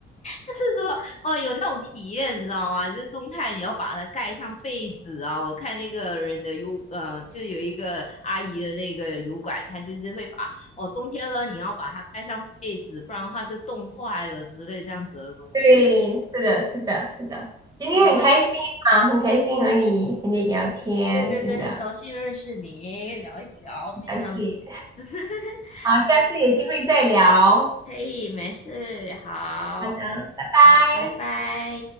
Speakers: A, on the left (about 35°); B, on the right (about 20°).
A: 就是说，哦，有那种体验，你知道吗？就是种菜，你要把它盖上被子啊。我看那个人的油，嗯、呃，就有一个阿姨的那个油管，她就是会把，哦，冬天了，你要把它盖上被子，不然的话就冻坏了之类这样子的东西。
B: 对，是的，是的，是的。今天很开心啊，
A: 我们
B: 很开心和你和你聊天，
A: 对对对，
B: 真的
A: 很高兴认识你，聊一聊，非常
B: 很开心。
A: <laughs>
B: 好，下次有机会再聊。
A: 可以，没事，好，
B: 好的，拜拜。
A: 好，拜拜。